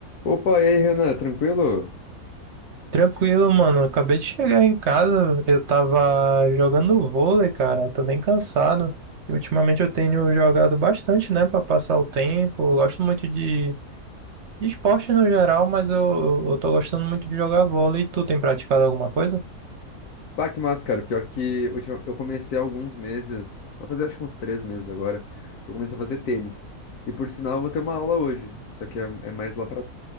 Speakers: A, on the left; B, on the right.
A: Opa, e aí, Renan, tranquilo?
B: Tranquilo, mano. Acabei de chegar em casa. Eu tava jogando vôlei, cara. Eu tô bem cansado. E ultimamente eu tenho jogado bastante, né, Pra passar o tempo. Eu gosto muito de, de esporte no geral, mas eu, eu tô gostando muito de jogar vôlei. Tu tem praticado alguma coisa?
A: Bah, que massa, cara. Pior que ultima- eu comecei há alguns meses, vai fazer acho que uns três meses agora, eu comecei a fazer tênis. E por sinal, eu vou ter uma aula hoje, só que é, é mais lá pra